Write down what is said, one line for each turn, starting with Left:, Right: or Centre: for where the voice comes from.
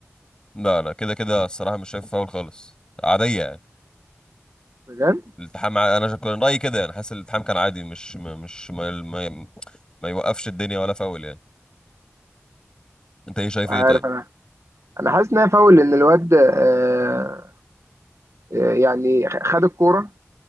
Left: لا لا كده كده الصراحة مش شايف فاول خالص عادية يعني
Right: بجد
Left: الالتحام ع- انا كان رأيي كده يعني حاسس الالتحام كان عادي مش ما مش ما ما, ما يوقفش الدنيا ولا فاول يعني انت ايه شايف
Right: مش عارف
Left: ايه طيب
Right: أنا أنا حاسس إنها فاول لأن الواد آه آه، يعني خد الكورة